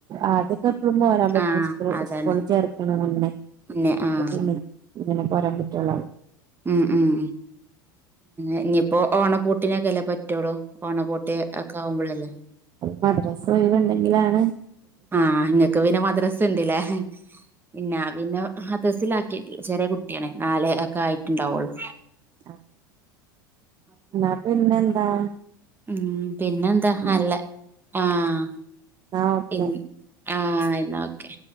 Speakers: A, on the right; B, on the right.
A: ആതൊക്കെ എപ്പോഴും പോരാൻ പറ്റു
B: ആ അതാണ്
A: സ്സ്കൂള്ല് ചേർക്കണ മുന്നേ
B: പിന്നെ
A: ഇപ്പൊ
B: ആഹ
A: പിന്നെ ഇങ്ങനെ പോരാൻ പറ്റുള്ള
B: ഉം ഉം ഇനിയിപ്പോ ഓണപ്പൂട്ടിനൊക്കെല്ലേ പറ്റോളൂ. ഓണ പൂട്ട്ഒക്കെ ആാക്മ്പോളല്ലേ.
A: മദ്രാസ് ഒ യ്‌വ് ഉണ്ടെങ്കിലാണ്.
B: ആഹ നിങ്ങക്ക് പിന്നെ മദ്രസ ണ്ടല്ലേ? പിന്നെ പിന്നെ മദ്രസിലആാക്കിട്ടില്ല ചെറിയ കുട്ടിയാണ് നാലേ ഒക്കെ ആയിട്ട്ണ്ടാവുള്ളു.
A: ആ എന്നാ പിന്നെന്താ
B: ഉം പിന്നെന്താ
A: ഉം,
B: അല്ല ആഹ
A: എന്നാ ഓക്കെ
B: പി ആ യിന്നാ ഓക്കെ.